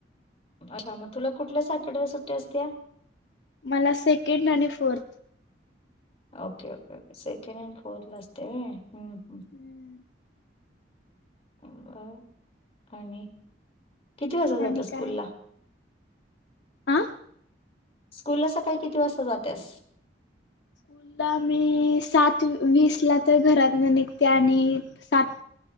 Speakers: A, on the left (about 35°); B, on the left (about 75°).
A: अच्छा मग तुला कुठल्या सॅटरड सुट्ट असत्या
B: मला सेकंड आणि फोर्थ
A: ओके ओके ओके सेके अ फोर्थ ला असस्ट हम्म
B: हम्म
A: र आणि किती वाजता जातं
B: आणि
A: स्कूल
B: काय
A: ला
B: आ
A: स्कूल ला सकाळी किती वाजता जातेस
B: मुलला मी सात वीस ला तर घरात न निघते आणि सात